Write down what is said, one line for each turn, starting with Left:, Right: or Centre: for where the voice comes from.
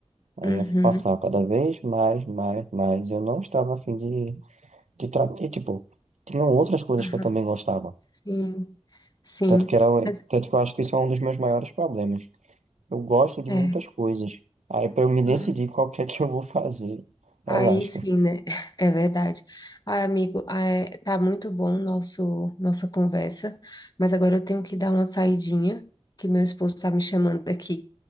Right: Aí
Left: Uhum.
Right: eu ia passar cada vez mais, mais, mais. Eu não estava afim de, de tra... E, tipo, tinham outras coisas
Left: Aham.
Right: que eu também gostava.
Left: Sim, sim.
Right: Tanto que era,
Left: Mas,
Right: tanto que eu acho que isso é um dos meus maiores problemas. Eu gosto de
Left: é.
Right: muitas coisas. Aí, para eu me decidir
Left: Uhum.
Right: qual que é que eu vou fazer, relaxa.
Left: Aí sim, né? <laughs> É verdade. Ai, amigo, é, tá muito bom nosso nossa conversa, mas agora eu tenho que dar uma saidinha, que meu esposo tá me chamando aqui.